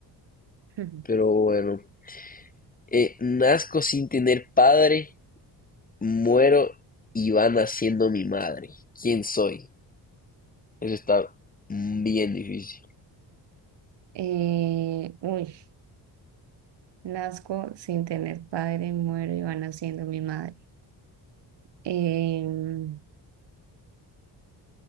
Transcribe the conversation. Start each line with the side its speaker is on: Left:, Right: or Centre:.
Right: <laughs>
Left: Pero bueno, eh, nazco sin tener padre, muero y va naciendo mi madre. ¿Quién soy? Eso está bien difícil.
Right: Eh, uy. Nazco sin tener padre, muero y va naciendo mi madre. Em,